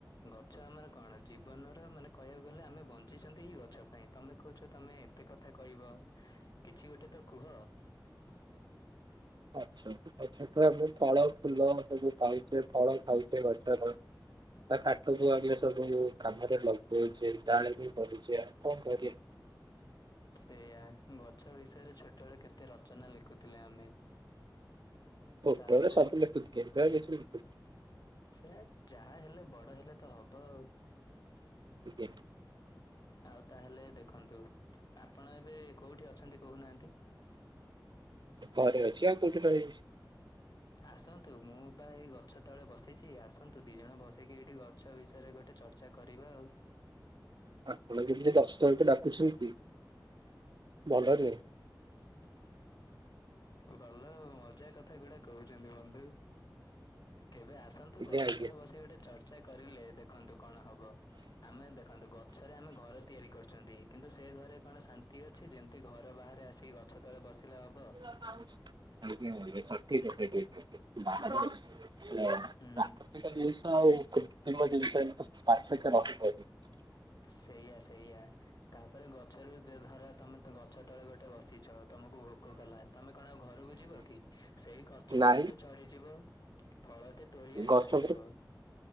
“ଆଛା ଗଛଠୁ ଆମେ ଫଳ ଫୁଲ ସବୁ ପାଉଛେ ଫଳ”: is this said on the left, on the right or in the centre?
Right